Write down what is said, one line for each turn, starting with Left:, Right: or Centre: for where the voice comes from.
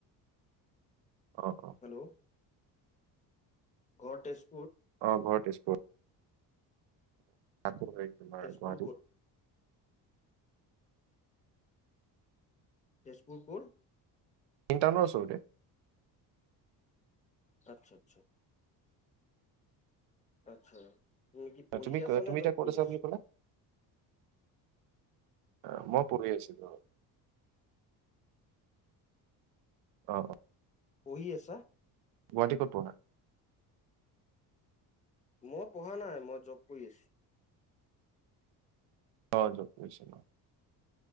Right: অ', অ'।
Left: হেল্ল' ঘৰ তেজ
Right: অ' ঘৰ তেজপুৰ। তাকৌ হে-তোমাৰ
Left: তেজপুৰ
Right: গুৱাহাটীত।
Left: ক'ত? তেজপুৰ ক'ৰ?
Right: মেইন টাউনৰ ওচৰতে।
Left: আচ্ছা আচ্ছা। আচ্ছা, তুমি কি
Right: আহ,
Left: পঢ়ি
Right: তুমি
Left: আছা
Right: ক- তুমি
Left: নে
Right: এতিয়া
Left: জব
Right: ক'ত
Left: কৰি আছা?
Right: বুলি ক'লা? আহ, মই পঢ়ি আছিলো। অ', অ'।
Left: পঢ়ি আছা?
Right: গুৱাহাটীৰ ক'ত পঢ়া?
Left: মই পঢ়া নাই, মই জব কৰি আছোঁ।
Right: হয়, জব কৰিছা।